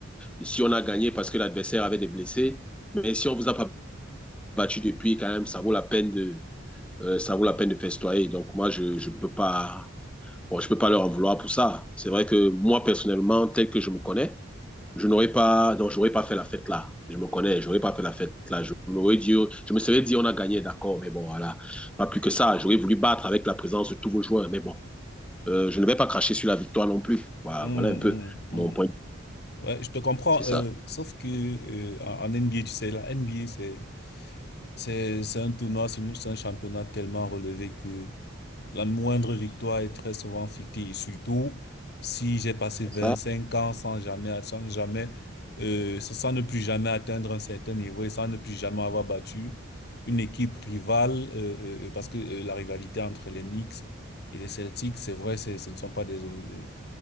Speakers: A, in the centre; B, on the left.
A: si on a gagné parce que l'adversaire avait des blessés. Mais si on ne vous a pas battu depuis, quand même, ça vaut la peine de, euh, ça vaut la peine de festoyer. Donc moi, je ne peux pas, bon, je ne peux pas leur en vouloir pour ça. C'est vrai que moi personnellement, tel que je me connais, je n'aurais pas, donc j'aurais pas fait la fête là. Je me connais, j'aurais pas fait la fête là. Je m'aurais dit, je me serais dit, on a gagné, d'accord, mais bon, voilà, pas plus que ça. J'aurais voulu battre avec la présence de tous vos joueurs, mais bon, euh, je ne vais pas cracher sur la victoire non plus. Voilà,
B: Hum,
A: voilà un peu
B: hum, hum.
A: mon point.
B: Ouais, je te comprends.
A: C'est ça.
B: euh, sauf que euh, en, en NBA, tu sais, la NBA, c'est, c'est, c'est un tournoi, c'est une- c'est un championnat tellement relevé que La moindre victoire est très souvent fictive, surtout si j'ai passé vingt-cinq
A: Ah,
B: ans sans jamais, sans jamais, euh, sans sans ne plus jamais atteindre un certain niveau et sans ne plus jamais avoir battu une équipe rivale, euh, euh, euh, parce que euh, la rivalité entre les Knicks et les Celtics, c'est vrai, c'est, ce ne sont pas des, euh, des-